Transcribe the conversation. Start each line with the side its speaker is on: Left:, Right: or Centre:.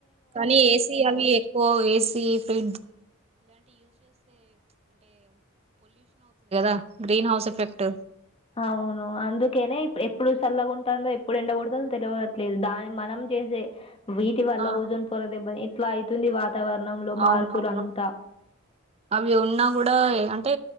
Right: కానీ ఏస అవి ఎక్కువ ఏ ఇ అ అ గ్రీన్ హౌస్ ఎఫెక్ట్
Left: అవును అందుకేనే ఇప్పుడు ఎప్పుడు చల్లగాంటుందో ఎప్పుడు ఎండకూడుతుందో తెలియట్లేదు దాని మనం జసే వీటి వల్ల
Right: ఆ
Left: ఓజోన్ పొరత ఇబ్బంది ఇట్లా అవుతుంది వాతావరణంలో మార్పులు
Right: అవునవును
Left: అంతా
Right: అవి ఉన్నా కూడా అంటే